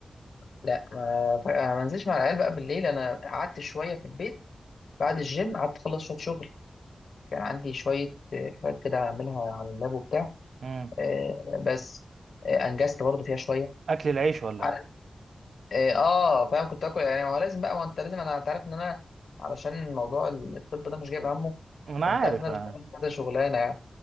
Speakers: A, on the left; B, on the right.
A: لا ما ف- أنا ما نزلش مع العيال بقى بالليل انا قعدت شويه في البيت بعد الجيم قعدت اخلص شويه شغل كان عندي شويه آه، حاجات كده اعملها على اللاب وبتاع
B: امم
A: آه، بس آه، انجزت برضو فيها شويه
B: اكل العيش ولا
A: على-
B: ايه
A: اه آه، فاهم كنت اكل يعني ما هو لازم بقى ما هو انت لازم انا انت عارف ان انا علشان موضوع الطب ده مش جايب همه
B: انا
A: فانت
B: عارف
A: عارف ان انا
B: انا
A: بشتغل
B: عارف.
A: كذا شغلانه يعني